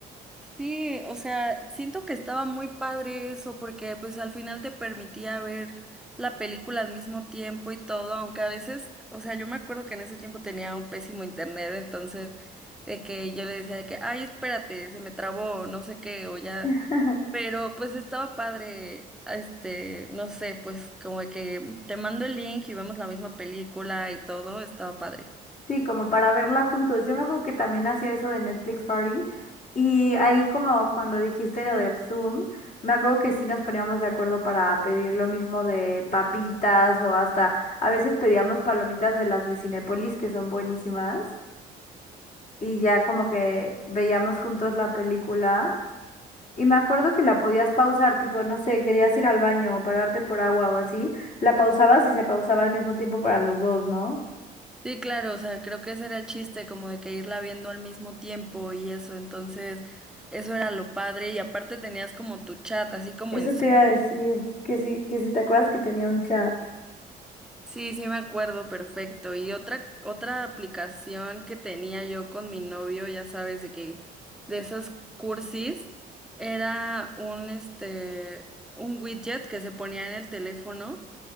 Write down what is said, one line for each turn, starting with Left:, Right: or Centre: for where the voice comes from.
Centre: Sí, o sea, siento que estaba muy padre eso porque pues al final te permitía ver la película al mismo tiempo y todo, aunque a veces, o sea, yo me acuerdo que en ese tiempo tenía un pésimo internet, entonces de que yo le decía de que, ay, espérate, se me trabó, no sé qué, o ya,
Left: <laughs>
Centre: pero pues estaba padre, este, no sé, pues como de que te mando el link y vemos la misma película y todo, estaba padre.
Left: Sí, como para verla juntos. Yo me acuerdo que también hacía eso de Netflix Party y ahí como cuando dijiste lo de Zoom, me acuerdo que sí nos poníamos de acuerdo para pedir lo mismo de papitas o hasta a veces pedíamos palomitas de las de Cinépolis que son buenísimas y ya como que veíamos juntos la película Y me acuerdo que la podías pausar, tipo, no sé, querías ir al baño o pararte por agua o así, la pausabas y se pausaba al mismo tiempo para los dos, ¿no?
Centre: Sí, claro, o sea, creo que ese era el chiste, como de que irla viendo al mismo tiempo y eso, entonces eso era lo padre y aparte tenías como tu chat, así como
Left: Eso
Centre: en Zoom.
Left: te iba a decir, que si, que si te acuerdas que tenía un chat.
Centre: Sí, sí me acuerdo, perfecto. Y otra otra aplicación que tenía yo con mi novio, ya sabes, de que de esos cursis era un este un widget que se ponía en el teléfono